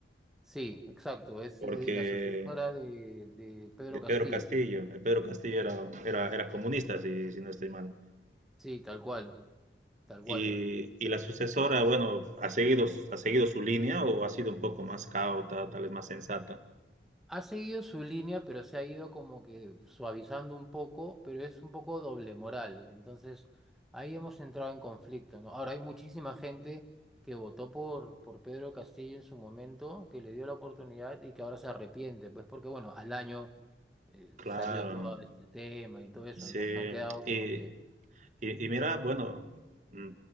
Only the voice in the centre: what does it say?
sí, exacto. Es
eh, la sucesora de, de Pedro
Castillo.
Sí,
sí, tal cual, tal cual.
Ha seguido su línea, pero se ha ido como que suavizando un poco, pero es un poco doble moral. Entonces, ahí hemos entrado en conflicto, ¿no? Ahora hay muchísima gente que votó por, por Pedro Castillo en su momento, que le dio la oportunidad y que ahora se arrepiente, pues porque, bueno, al año eh,
salió todo este tema y todo eso,
nos han quedado
como que,